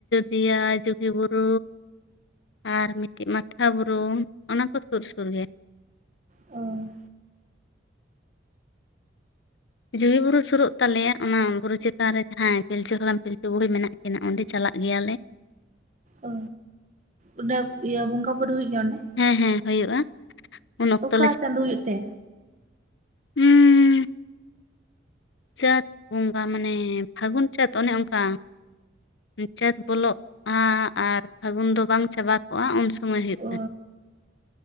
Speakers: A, on the left (about 70°); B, on the right (about 40°).
A: ᱫᱤᱭᱟ ᱡᱩᱜᱤ ᱵᱩᱨᱩ ᱟᱨ ᱢᱤᱫᱴᱤᱡ ᱢᱟᱴᱷᱟ ᱵᱩᱨᱩ ᱚᱱᱟ ᱠᱚ ᱥᱩᱨ ᱥᱩᱨ ᱜᱮ
B: ᱚ
A: ᱡᱩᱜᱤ ᱵᱩᱨᱩ ᱥᱩᱨᱩᱜ ᱛᱟᱞᱮᱭᱟ ᱚᱱᱟ ᱵᱩᱨᱩ ᱪᱮᱛᱟᱱ ᱨᱮ ᱡᱟᱦᱟᱸᱭ ᱯᱤᱞᱪᱩ ᱦᱟᱲᱟᱢ ᱯᱤᱞᱪᱩ ᱵᱩᱦᱤ ᱢᱮᱱᱟᱜ ᱠᱱᱟ ᱚᱸᱰᱮ ᱪᱟᱞᱟᱜ ᱪᱟᱞᱟᱜ ᱜᱮᱭᱟᱞᱮ
B: ᱚ ᱚᱸᱰᱮ ᱤᱭᱟᱹ ᱵᱚᱸᱜᱟ ᱵᱩᱨᱩ ᱦᱩᱭᱩᱜ ᱜᱮᱭᱟ ᱚᱸᱰᱮ
A: ᱦᱮᱸ ᱦᱮᱸ ᱦᱩᱭᱩᱜᱼᱟ ᱩᱱ ᱚᱠᱛᱚ
B: ᱚᱠᱟ ᱪᱟᱸᱫᱳ ᱦᱩᱭᱩᱜ ᱛᱮ
A: ᱦᱩᱸ ᱪᱟᱹᱛ ᱵᱚᱸᱜᱟ ᱢᱟᱱᱮ ᱯᱷᱟᱹᱜᱩᱱ ᱪᱟᱹᱛ ᱚᱱᱮ ᱚᱱᱠᱟ ᱪᱟᱹᱛ ᱵᱚᱞᱚᱜᱼᱟ ᱟᱨ ᱯᱷᱟᱹᱜᱩᱱ ᱫᱚ ᱵᱟᱝ ᱪᱟᱵᱟ ᱠᱚᱜᱼᱟ ᱩᱱ ᱥᱚᱢᱚᱭ ᱦᱩᱭᱩᱜ
B: ᱚ
A: ᱛᱟᱸᱦᱮᱱ